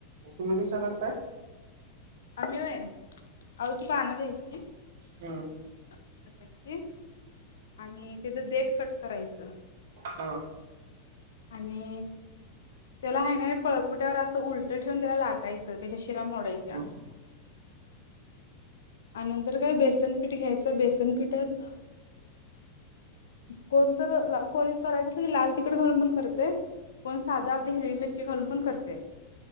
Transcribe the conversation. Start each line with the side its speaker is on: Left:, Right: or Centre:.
Right: तुम्ही कशा करताय
Left: आम्ही व्हय आळुची पानं घ्याच
Right: हम
Left: <inaudible> आणि त्याच देट कट करायचं
Right: हा
Left: आणि त्याला आहे ना पळपुट्यावर असं उलटं ठेवून त्याला लाटायचं <inaudible> शीरा मोडयच्या
Right: त्यात
Left: आणि नंतर काय बेसनपीठ घ्यायचं, बेसनपीठात कोणतर रा कोणीत करायला असलं की लाल तिखट घालून पण करतय पण साधा हिरी मिरची घालून पण करते.